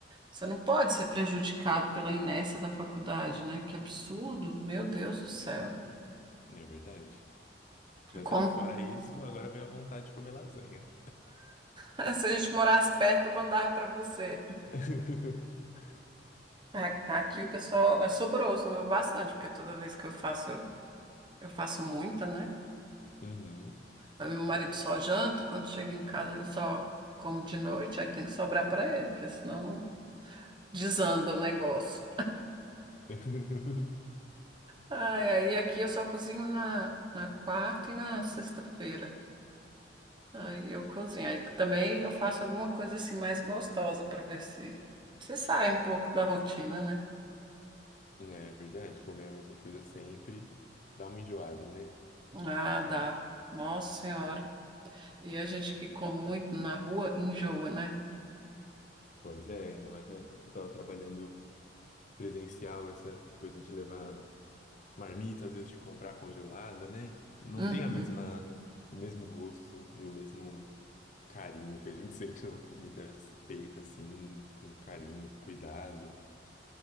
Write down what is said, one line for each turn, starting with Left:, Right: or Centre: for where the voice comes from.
Right: você não pode ser prejudicado pela inércia da faculdade, né? Que absurdo, meu Deus do céu.
Left: É verdade. Mas
Right: Como...
Left: aí, fora isso, agora veio a vontade de comer lasanha.
Right: Ah, <laughs> se a gente morasse perto, eu mandava para você.
Left: <laughs>
Right: A- Aqui o pessoal eh, sobrou, sobrou bastante, porque toda vez que eu faço, eu, eu faço muita, né?
Left: Uhum.
Right: Aí meu marido só janta, quando chega em casa ele só come de noite, aí tem que sobrar para ele, porque senão desanda o negócio.
Left: <laughs>
Right: Ai, aí aqui eu só cozinho na, na quarta e na sexta-feira. Aí eu cozinho. Aí também eu faço alguma coisa assim mais gostosa para ver se se sai um pouco da rotina, né?
Left: É verdade, comer a mesma coisa sempre dá uma enjoada, né?
Right: Ah, dá. Nossa Senhora. E a gente que come muito na rua enjoa, né?
Left: Pois é, ainda mais na época que eu tava trabalhando presencial, essa coisa de levar marmita, às vezes de comprar congelada, né? Não
Right: Uhum.
Left: tem a mesma, o mesmo gosto e o mesmo carinho que a gente <laughs> sente numa comida feita assim, com carinho, com cuidado. <laughs>